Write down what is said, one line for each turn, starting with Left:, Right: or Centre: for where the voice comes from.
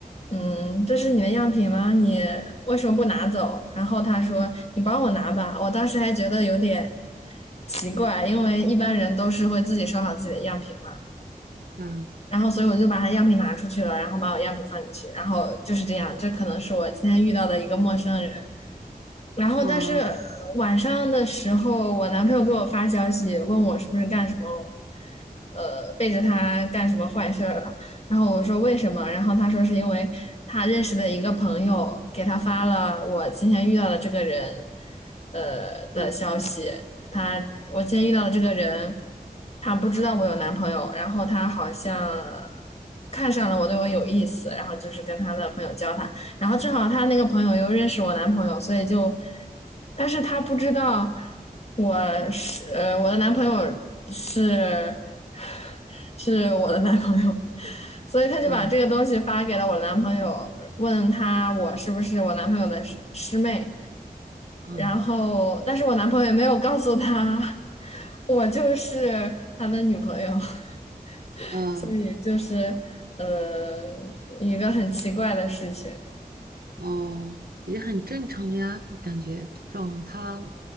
Left: 嗯，这是你的样品吗？你为什么不拿走？然后他说：“你帮我拿吧。”我当时还觉得有点奇怪，因为一般人都是会自己收好自己的样品嘛，
Right: 嗯
Left: 然后所以我就把它样品拿出去了，然后把我样品放进去，然后就是这样，这可能是我今天遇到的一个陌生人，然后但是呃晚上的时候，
Right: 啊
Left: 我男朋友给我发消息问我是不是干什么，呃，背着他干什么坏事儿了。然后我说为什么？然后他说是因为他认识的一个朋友给他发了我今天遇到的这个人，呃的消息。
Right: 嗯
Left: 他我今天遇到的这个人，他不知道我有男朋友，然后他好像看上了我，对我有意思，然后就是跟他的朋友交谈。然后正好他那个朋友又认识我男朋友，所以就，但是他不知道我是呃我的男朋友是 <laughs> 是我的男朋友，所以他就把这个东西发给了我男朋友，
Right: 嗯
Left: 问他我是不是我男朋友的师师妹，
Right: 嗯
Left: 然后但是我男朋友也没有告诉他 <laughs> 我就是他的女朋友，<laughs>
Right: 嗯
Left: 所以就是呃一个很奇怪的事情。
Right: 哦，也很正常呀。我感觉这种他